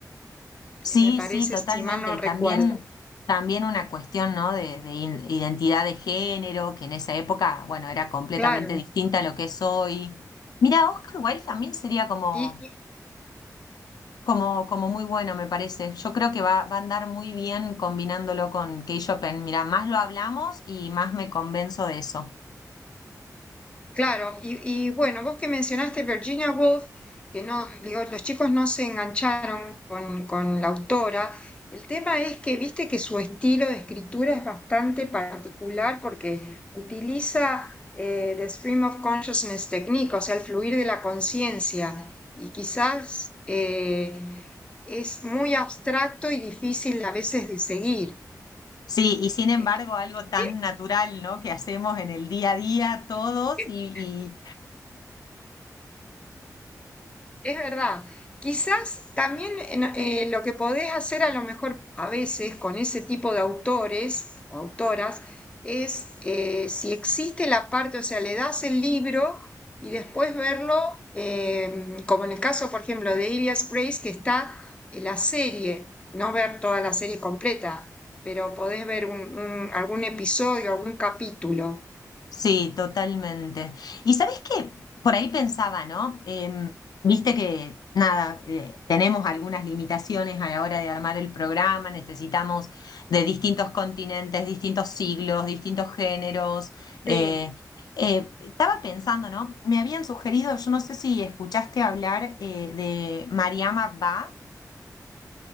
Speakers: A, on the left; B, on the left.
A: sí,
B: me parece,
A: sí, totalmente.
B: si mal no
A: Y
B: recuerdo.
A: también, también una cuestión, ¿no? De, de in- identidad de género, que en esa época, bueno, era completamente
B: Claro,
A: distinta a lo que es hoy. Mira, Oscar Wilde también sería como
B: y, y-
A: Como, como muy bueno, me parece. Yo creo que va, va a andar muy bien combinándolo con K-Shopen. Mira, más lo hablamos y más me convenzo de eso.
B: claro, y, y bueno, vos que mencionaste Virginia Woolf, que no, digo, los chicos no se engancharon con, con la autora. El tema es que viste que su estilo de escritura es bastante particular porque utiliza eh, the stream of consciousness technique, o sea, el fluir de la conciencia, y quizás eh, es muy abstracto y difícil a veces de seguir.
A: Sí, y sin embargo,
B: Eh,
A: algo tan
B: ¿Qué?
A: natural, ¿no? Que hacemos en el día a día todos
B: Sí.
A: y, y
B: Es verdad. Quizás también en- eh, lo que podés hacer a lo mejor a veces con ese tipo de autores o autoras es eh, si existe la parte, o sea, le das el libro y después verlo, em, como en el caso, por ejemplo, de Ilias Grace, que está en la serie, no ver toda la serie completa, pero podés ver un- un- algún episodio, algún capítulo.
A: Sí, totalmente. Y sabes qué, por ahí pensaba, ¿no? Em, viste que, nada, eh, tenemos algunas limitaciones a la hora de armar el programa, necesitamos de distintos continentes, distintos siglos, distintos géneros. eh,
B: Sí,
A: eh, estaba pensando, ¿no? Me habían sugerido, yo no sé si escuchaste hablar eh, de Mariama Bach.